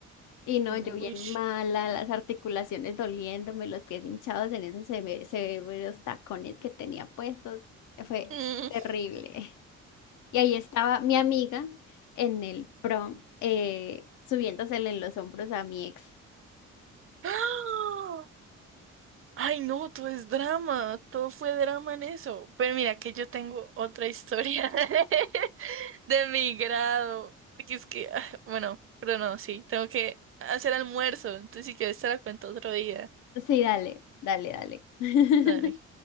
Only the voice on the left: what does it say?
Y no,
yo bien mala, las articulaciones doliéndome, los pies hinchados en esos ve se ve los tacones que tenía puestos. Fue
terrible. Y ahí estaba mi amiga en el prom, eh, subiéndosele en los hombros a mi ex.
Sí, dale, dale, dale. <laughs>